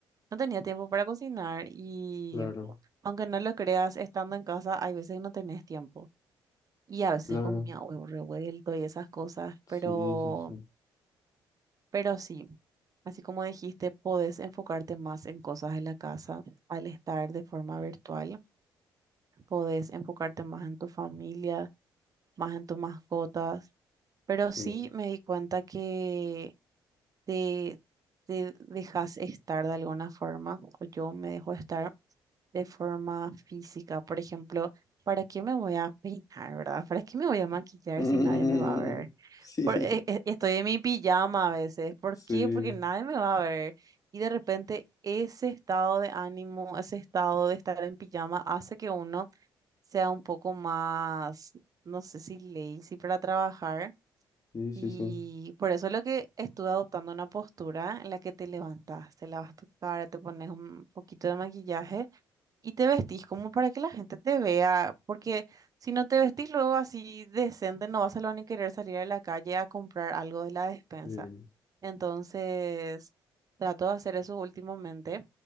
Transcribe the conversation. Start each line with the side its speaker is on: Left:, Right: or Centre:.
Right: no tenía tiempo para cocinar. Y
Left: claro,
Right: aunque no lo creas, estando en casa, hay veces que no tenés tiempo. Y a veces
Left: claro.
Right: comía huevo revuelto y esas cosas, pero,
Left: Sí, sí, sí,
Right: pero sí, así como dijiste, podés enfocarte más en cosas de la casa al estar de forma virtual, podés enfocarte más en tu familia, más en tus mascotas, pero
Left: sí,
Right: sí
Left: <laughs>
Right: me di cuenta que te, te dejas estar de alguna forma, o yo me dejo estar de forma física. Por ejemplo, ¿para qué me voy a peinar, verdad? ¿Para qué me voy a maquillar
Left: Mm,
Right: si nadie me va a ver?
Left: sí.
Right: Por- e- e- estoy en mi pijama a veces. ¿Por
Left: sí,
Right: qué? Porque nadie me va a ver. Y de repente ese estado de ánimo, ese estado de estar en pijama hace que uno sea un poco más, no sé si lazy para trabajar.
Left: sí, sí,
Right: Y
Left: sí.
Right: por eso es lo que estuve adoptando una postura en la que te levantas, te lavas tu cara, te pones un poquito de maquillaje y te vestís como para que la gente te vea, porque si no te vestís luego así decente, no vas a lo ni querer salir a la calle a comprar algo de la despensa.
Left: Eh,
Right: Entonces, trato de hacer eso últimamente,